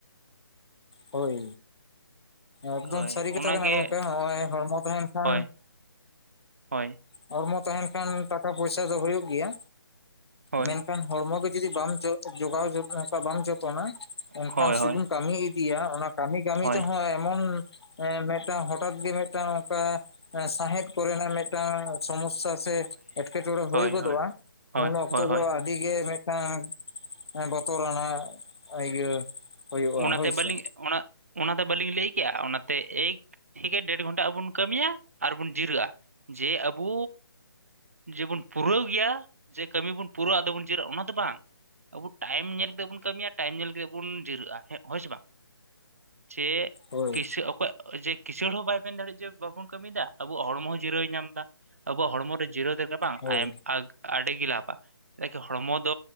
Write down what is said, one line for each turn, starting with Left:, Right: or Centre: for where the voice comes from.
Left: ᱦᱳᱭ ᱮᱠᱫᱚᱢ
Right: ᱦᱳᱭ
Left: ᱥᱟᱹᱨᱤ ᱠᱟᱛᱷᱟ
Right: ᱚᱱᱟᱜᱮ
Left: ᱠᱟᱱᱟ ᱜᱚᱝᱠᱮ ᱱᱚᱜ-ᱚᱭ ᱦᱚᱲᱢᱚ ᱛᱟᱦᱮᱱ ᱠᱷᱟᱱ
Right: ᱦᱳᱭ ᱦᱳᱭ
Left: ᱦᱚᱲᱢᱚ ᱛᱟᱦᱮᱱ ᱠᱷᱟᱱ ᱴᱟᱠᱟ ᱯᱚᱭᱥᱟ ᱫᱚ ᱦᱩᱭᱩᱜ ᱜᱮᱭᱟ
Right: ᱦᱳᱭ
Left: ᱢᱮᱱᱠᱷᱟᱱ ᱦᱚᱲᱢᱚ ᱜᱮ ᱡᱩᱫᱤ ᱵᱟᱢ ᱡᱚᱜᱟᱣ ᱚᱱᱠᱟ ᱵᱟᱢ ᱡᱚᱛᱚᱱᱟ ᱮᱱᱠᱷᱟᱱ
Right: ᱦᱳᱭ ᱦᱳᱭ
Left: ᱥᱩᱫᱩᱢ ᱠᱟᱹᱢᱤ ᱤᱫᱤ ᱤᱫᱤᱭᱟ ᱚᱱᱟ ᱠᱟᱹᱢᱤ ᱠᱟᱹᱢᱤ
Right: ᱦᱳᱭ
Left: ᱛᱮᱦᱚᱸ ᱮᱢᱚᱱ ᱢᱤᱫᱴᱟᱝ ᱦᱚᱴᱟᱛ ᱜᱮ ᱢᱤᱫᱴᱟᱝ ᱚᱱᱠᱟ ᱥᱟᱸᱦᱮᱫ ᱠᱚᱨᱮᱱᱟᱜ ᱢᱤᱫᱴᱟᱝ ᱥᱚᱢᱚᱥᱥᱟ ᱥᱮ ᱮᱴᱠᱮᱴᱬᱮ
Right: ᱦᱳᱭ
Left: ᱦᱩᱭ ᱜᱚᱫᱚᱜ-ᱟ
Right: ᱦᱳᱭ ᱦᱳᱭ ᱦᱳᱭ ᱦᱳᱭ
Left: ᱛᱚᱵᱮ
Right: ᱦᱳᱭ
Left: ᱟᱹᱰᱤ ᱜᱮ ᱢᱤᱫᱴᱟᱝ ᱵᱚᱛᱚᱨᱱᱟᱜ ᱤᱭᱟᱹ ᱦᱩᱭᱩᱜᱼᱟ
Right: ᱚᱱᱟᱛᱮ
Left: ᱦᱳᱭ
Right: ᱵᱟᱹᱞᱤᱧ
Left: ᱥᱮ
Right: ᱚᱱᱟ ᱚᱱᱟᱛᱮ ᱵᱟᱹᱞᱤᱧ ᱞᱟᱹᱭ ᱠᱮᱜ-ᱟ ᱚᱱᱟᱛᱮ ᱮᱠ ᱴᱷᱤᱠ ᱜᱮᱭᱟ ᱰᱮᱲ ᱜᱷᱚᱱᱴᱟ ᱟᱵ ᱵᱚᱱ ᱠᱟᱹᱢᱤᱭᱟ ᱟᱨᱵᱚᱱ ᱡᱤᱨᱟᱹᱜ-ᱟ ᱡᱮ ᱟᱵᱚ ᱡᱮᱵᱚᱱ ᱯᱩᱨᱟᱹᱣ ᱜᱮᱭᱟ ᱡᱮ ᱠᱟᱹᱢᱤ ᱵᱚᱱ ᱯᱩᱨᱟᱹᱜ-ᱟ ᱟᱫᱚ ᱵᱚᱱ ᱡᱤᱨᱟᱹᱜ ᱚᱱᱟ ᱫᱚ ᱵᱟᱝ ᱟᱵᱚ ᱴᱟᱭᱤᱢ ᱧᱮᱞ ᱠᱟᱛᱮᱫ ᱵᱚᱱ ᱠᱟᱹᱢᱤᱭᱟ ᱴᱟᱭᱤᱢ ᱧᱮᱞ ᱠᱟᱛᱜ ᱵᱚᱱ ᱡᱤᱨᱟᱹᱜ-ᱟ᱾ ᱦᱮᱸ ᱦᱳᱭ ᱥᱮ ᱵᱟᱝ, ᱡᱮ
Left: ᱦᱳᱭ
Right: ᱠᱥᱟᱹ ᱚᱠᱚᱭᱟᱜ ᱡᱮ ᱠᱤᱥᱟᱹᱟᱹᱲ ᱦᱚᱸ ᱵᱟᱭ ᱢᱮᱱ ᱫᱟᱲᱮᱜ ᱡᱮ ᱵᱟᱵᱚᱱ ᱠᱟᱹᱢᱤ ᱫᱟ ᱟᱵᱚᱣᱟᱜ ᱦᱚᱲᱢᱚ ᱦᱚᱸ ᱡᱤᱨᱟᱹᱣ ᱧᱟᱢ ᱮᱫᱟ ᱟᱵᱚᱣᱟᱜ ᱦᱚᱲᱢᱚ ᱨᱮ ᱡᱤᱨᱟᱹᱣ ᱵᱟᱝ
Left: ᱦᱳᱭ
Right: ᱟᱹᱰᱤᱜᱮ ᱞᱟᱵᱷᱼᱟ ᱪᱮᱫᱟᱜ ᱠᱤ ᱦᱚᱲᱢᱚ ᱫᱚ